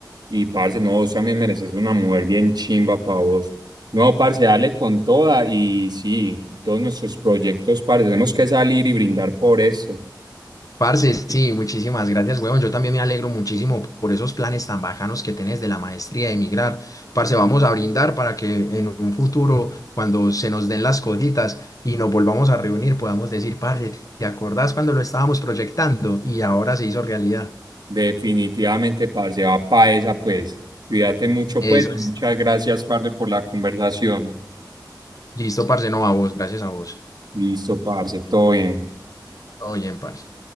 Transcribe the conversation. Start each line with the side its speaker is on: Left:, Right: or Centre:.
Right: y parce, no, vos también mereces una mujer bien chimba para vos. No, parce, dale con toda y sí, todos nuestros proyectos, parce, tenemos que salir y brindar por eso.
Left: Parce, sí, muchísimas gracias, huevón. Yo también me alegro muchísimo por esos planes tan bajanos que tenés de la maestría de emigrar. Parce, vamos a brindar para que en un futuro, cuando se nos den las cositas y nos volvamos a reunir, podamos decir, parce, ¿te acordás cuando lo estábamos proyectando y ahora se hizo realidad?
Right: Definitivamente, parce, va para esa, pues. Cuídate mucho,
Left: Eso
Right: pues. Muchas
Left: es.
Right: gracias, parce, por la conversación.
Left: Listo, parce, no a vos, gracias a vos.
Right: Listo, parce, todo bien.
Left: Todo bien, parce.